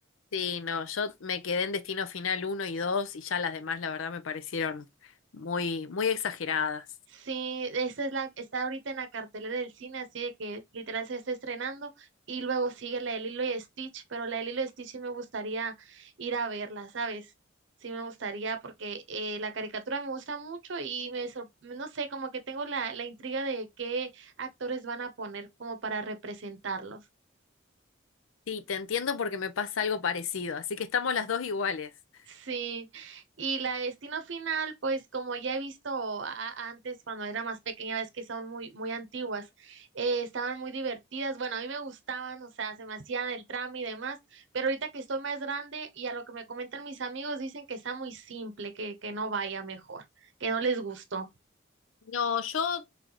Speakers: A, on the left; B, on the right.
A: Sí, no, yo me quedé en Destino Final uno y 2 y ya las demás, la verdad, me parecieron muy, muy exageradas.
B: Sí, esta es la, está ahorita en la cartelera del cine, así de que literal se está estrenando y luego sigue la de Lilo y Stitch, pero la de Lilo y Stitch sí me gustaría ir a verla, ¿sabes? Sí me gustaría porque eh, la caricatura me gusta mucho y me, sor- no sé, como que tengo la, la intriga de qué actores van a poner como para representarlos.
A: Sí, te entiendo porque me pasa algo parecido, así que estamos las dos iguales.
B: Sí, y la de Destino Final, pues como ya he visto a- antes cuando era más pequeña, ves que son muy, muy antiguas, eh, estaban muy divertidas, bueno, a mí me gustaban, o sea, se me hacían el trama y demás, pero ahorita que estoy más grande y a lo que me comentan mis amigos dicen que está muy simple, que, que no vaya mejor, que no les gustó.
A: No, yo